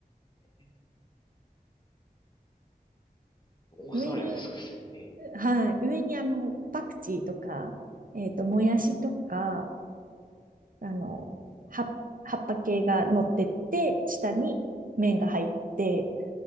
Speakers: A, on the left; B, on the right.
A: ね。えオーストラリアでそうです。
B: 上に
A: ええ。
B: はい。上にあの、パクチーとか、えっと、もやしとか、あの、葉、葉っぱ系が乗ってって、下に麺が入って、